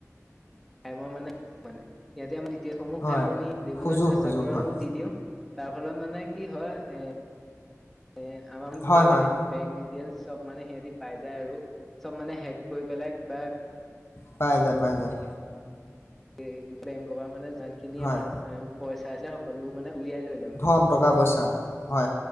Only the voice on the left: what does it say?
হয়।
সুযোগ
সুযোগ
হয়,
হয়, হয়,
পাই যায় পাই যায়
হয়।
ধন, টকা, পইচা, হয়,